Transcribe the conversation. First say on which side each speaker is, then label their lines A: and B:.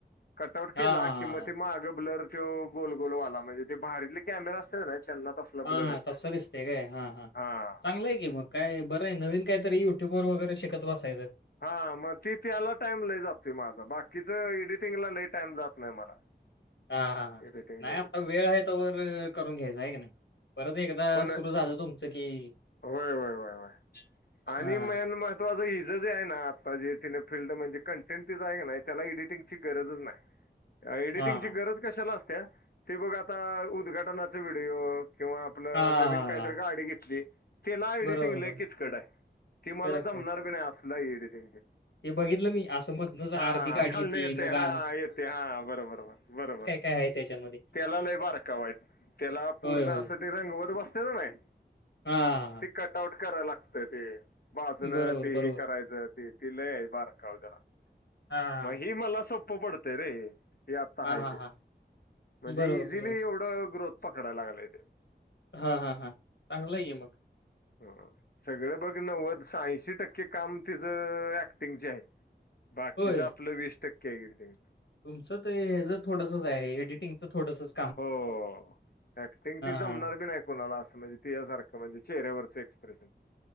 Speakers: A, on the left (about 60°); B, on the left (about 85°).
A: कट आउट
B: हां,
A: केला
B: हां,
A: कि
B: हां,
A: मवा
B: हां.
A: ते मग माग बलर तो गोल गोल वाला म्हणजे ते बाहेारीतले कॅमेराे असत नाही चल ना
B: हा
A: ब्लर येतोय
B: तसं दिसतय काय हा हां
A: हा
B: चांगलंय की काय बरं आहे नवीन काय तरी युट्यूब वर वगैरे शिकत बसायचं.
A: हा मग ती त्याला टाईम लई जातोय माझ बाकीच एडिटिंगला लई टाइम जात नाही मला.
B: हा हा हा
A: एडिटिंगला
B: नाही
A: गेलो
B: आता वेळ आहे तोवर करून घ्यायच आहे का नाही. परत एकदा
A: पण
B: सुरु झालं तुमचं कि-
A: होय होय वय होय आणि
B: हां,
A: मन म- झं हिज जे आहे ना आत्ता जे तिने फिल्ड म्हणजे कंटेंट तिच आहे का नाही त्याला एडिटिंगची गरजच नाही. एडिटिंगची
B: हां,
A: गरज कशाला असते ते बघ आता उद्घाटनाचा व्हिडिओ किंवा- आपलं
B: हां.
A: नवीन काहीतरी गाडी घेतली. तिला एडिटिंग
B: बरोबर,
A: लई
B: बरोबर.
A: किचकट आय ती
B: करेक्ट,
A: मला जमणार
B: करेक्ट.
A: बी नाही असल एडिटिंगये.
B: ते बघितलं मी असं मधनंच
A: हा
B: अर्धी गाडी
A: खाल न येते
B: मग
A: हा
B: आ
A: येते हा बरोबर बरोबर.
B: काय आहे त्याच्यामध्ये.
A: त्याला लय बारकावेत त्याला पूर्ण
B: होय, होय.
A: असं ते रंगवत बसते का नाय.
B: हा हा.
A: कटआउट कराय लागत ते. बाजून
B: बरोबर,
A: ते
B: बरोबर.
A: हे करायचं ते ति लई आहे बाराकावे जरा.
B: हां,
A: म ही मला सोप सोपडते रे आता
B: हां,
A: हाय
B: हां,
A: ते
B: हां.
A: ्हणजे
B: बरोबर,
A: इझिली
B: बरोबर.
A: एवढ ग्रोथ पकडाया लागले ते.
B: हा हा हां! चांगलाय कि मग.
A: ह सगळं बघ नव्वद स ऐंशी टक्के काम तिचं अ ऍक्टिंगचे आहे. बाकीच
B: होय.
A: आपलं वीस टक्के एडिटिंग.
B: तुमचं ते जर थोडसच आहे एडिटिंग च थोडसच.
A: हो अ ऍक्टिंग ती जमणार
B: हां.
A: बी नाही. कोणाला असं म्हणजे तिच्या सारंख म्हणजे चेह्यावरचं एक्सप्रेशन